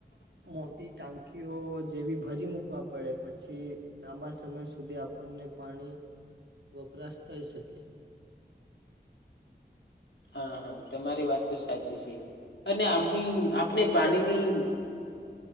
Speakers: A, on the right; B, on the left.
A: મોટી ટાંકીઓ જેવી ભરી મૂકવા પડે પછી લાંબા સમય સુધી આપણ ને પાણી વપરાશ થઈ શકે.
B: હા, હા, તમારી વાત તો સાચી છે. અને આપણી આ ને પાણીની